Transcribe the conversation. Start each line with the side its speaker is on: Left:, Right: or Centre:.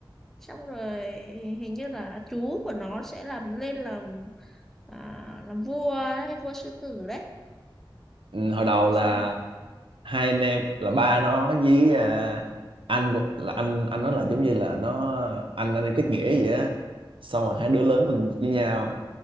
Centre: xong rồi hình như là chú của nó sẽ làm lên làm à, làm vua đấy vua sư tử đấy
Right: ừ, hồi
Centre: đấy
Right: đầu là
Centre: xong
Right: hai anh em là ba nó với à, anh của- là anh anh nó là giống như là nó anh anh em kết nghĩa vậy á xong rồi hai đứa lớn lên với nhau